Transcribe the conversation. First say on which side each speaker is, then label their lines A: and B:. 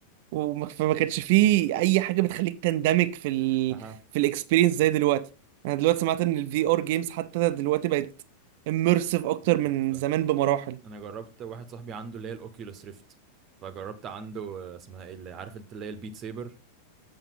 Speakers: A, on the right (about 50°); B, on the right (about 35°).
A: وما فما كانش فيه اي حاجه بتخليك تندمج في ال
B: اها
A: في الاكسبيرينس زي دلوقتي انا دلوقتي سمعت ان الفي ار جيمز حتى دلوقتي بقت اميرسيف اكتر من
B: تحفه
A: زمان بمراحل
B: انا جربت واحد صاحبي عنده اللي هي الاوكيولوس ريفت فجربت عنده آه، اسمها ايه اللي عارف انت اللي هي البيت سيبر